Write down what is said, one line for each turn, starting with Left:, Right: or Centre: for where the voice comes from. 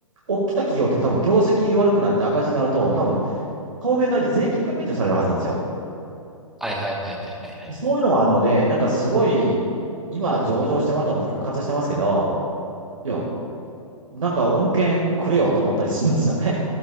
Right: 大きな企業って多分業績悪くなって赤字になると、多分、当面の間税金が免除されるはずなんですよ。
Centre: はいはいはいはいはいはい。
Right: そういうのはあるので、なんかすごい、今上場してもらったのも復活してますけど、いや、なんか恩恵くれよと思ったりするんですよね。